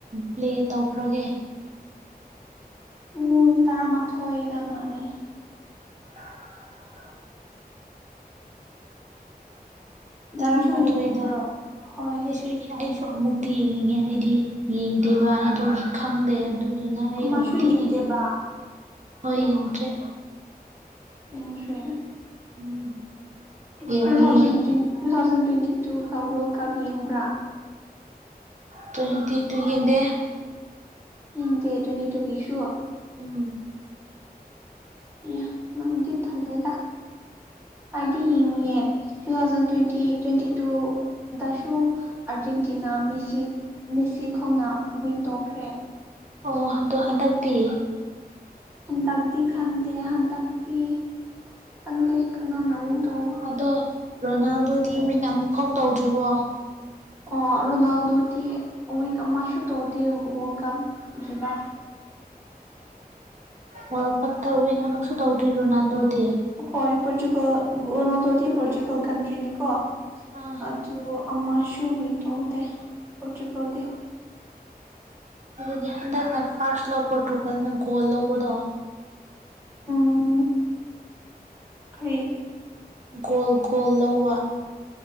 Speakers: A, on the right; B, on the right.
A: ꯄ꯭ꯂꯦ ꯇꯧꯈ꯭ꯔꯒꯦ꯫
B: ꯄꯨꯡ ꯇꯔꯥꯃꯥꯊꯣꯏꯗ ꯃꯥꯜꯂꯦ꯫
A: <inaudible> ꯇꯔꯥ
B: ꯅꯪꯁꯨ
A: ꯃꯥꯊꯣꯏꯗ
B: ꯌꯦꯡꯅꯤꯡꯕ꯭ꯔꯣ ꯍꯣꯏ
A: ꯑꯩꯁꯨ ꯑꯩꯁꯨ ꯑꯃꯨꯛꯇꯤ ꯌꯦꯡꯅꯤꯡꯉꯦ ꯑꯩꯗꯤ ꯌꯦꯡꯗꯦꯕ ꯑꯗꯨꯒꯤ ꯈꯪꯗꯦ ꯑꯗꯨꯗꯨꯅ ꯑꯩ
B: ꯑꯃꯁꯨ
A: ꯑꯃꯨꯛꯇꯤ
B: ꯌꯦꯡꯗꯦꯕ
A: ꯌ‌ꯦꯡꯏ ꯍꯣꯏ ꯌ‌ꯦꯡꯗ꯭ꯔꯦ
B: ꯌ‌ꯦꯡꯗ꯭ꯔ‌ꯦ
A: ꯎꯝ ꯌꯦꯡꯉꯨ
B: ꯇꯨ thousand
A: ꯌꯦꯡ
B: two thousand twenty two world cup ꯌꯦꯡꯕ꯭ꯔꯥ
A: ꯇ꯭ꯋꯦꯟꯇꯤ ꯇꯨ ꯌ‌ꯦꯡꯗ‌ꯦ
B: ꯌ‌ꯦꯡꯗꯦ ꯇ꯭ꯋꯦꯟꯇꯤ ꯇꯨꯒꯤ ꯁꯨ
A: ꯎꯝ
B: ꯏꯌ ꯅꯪꯗꯤ ꯇꯜꯂꯦꯗ ꯑꯩꯗꯤ ꯌꯦꯡꯉꯦ ꯇꯨ ꯊꯥꯎꯖꯟ ꯇ꯭ꯋꯦꯟꯇꯤ ꯇ꯭ꯋꯦꯟꯇꯤ ꯇꯨꯗꯁꯨ ꯑꯥꯔꯖꯦꯟꯇꯤꯅꯥ ꯃꯦꯁꯤ ꯃꯦꯁꯤꯈꯣꯢꯅ ꯋꯤꯟ ꯇꯣꯛꯈ꯭ꯔꯦ
A: ꯑꯣ ꯑꯗꯣ ꯍꯟꯗꯛꯇꯤ
B: ꯍꯟꯗꯛꯇꯤ ꯈꯪꯗꯦ ꯍꯟꯗꯛꯇꯤ ꯈꯪꯗꯦ ꯀꯅꯥꯅ ꯇꯧ
A: ꯑꯗꯣ ꯔꯣꯅꯥꯜꯗꯣꯗꯤ ꯋꯤꯟ ꯑꯃꯨꯛ ꯐꯥꯎ ꯇꯧꯗ꯭ꯔꯤꯕꯣ
B: ꯑꯣ ꯔꯣꯅꯥꯜꯗꯣꯗꯤ ꯋꯤꯟ ꯑꯃꯁꯨ ꯇꯧꯗꯦ ꯋꯥꯔꯜ ꯀꯞ ꯑꯗꯨꯗ
A: ꯋꯥꯔꯜ ꯀꯞꯇ ꯋꯤꯟ ꯑꯃꯨꯛꯁꯨ ꯇꯧꯗ꯭ꯔꯤ ꯔꯣꯅꯥꯜꯗꯣꯗꯤ
B: ꯍꯣꯏ ꯄꯣꯔꯆꯨꯒꯜ ꯔꯣꯅꯥꯜꯗꯣꯗꯤ ꯄꯣꯔꯆꯨꯒꯜ ꯀꯟꯇ꯭ꯔꯤꯅꯦꯀꯣ
A: ꯑꯥ
B: ꯑꯗꯨ ꯑꯃꯥꯁꯨꯨ ꯋꯤꯟ ꯇꯧꯗꯦ ꯄꯣꯠꯇꯨꯒꯣꯟꯗꯤ
A: ꯑꯗꯨꯗꯤ ꯍꯟꯗꯛꯅ ꯐꯥꯔꯁ ꯂ ꯄꯣꯔꯇꯨꯒꯜꯅ ꯒꯣꯜ ꯂꯧꯕꯗꯣ
B: ꯑꯝ ꯀ꯭ꯔꯤ
A: ꯒꯣꯜ ꯒꯣꯜ ꯂꯧꯕ